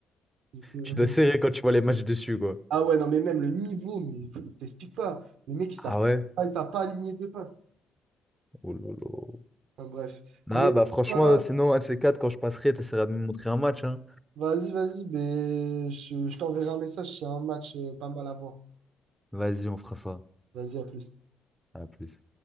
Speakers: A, on the right; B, in the centre.
A: donc, euh,
B: tu dois serrer
A: <laughs>
B: quand tu vois les matchs dessus, quoi.
A: Ah ouais, non, mais même le niveau, mais je t'explique pas. Les mecs, ils
B: Ah
A: savent
B: ouais?
A: pas, ils savent pas aligner deux passes.
B: Oh là là.
A: Enfin, bref. Mais
B: Ah bah franchement,
A: euh,
B: sinon, un de ces quatre, quand je passerai, t'essaieras de me montrer un match, hein.
A: vas-y, vas-y, mais je, je t'enverrai un message s'il y a un match euh, pas mal à voir.
B: Vas-y, on fera ça.
A: Vas-y, à plus.
B: À plus.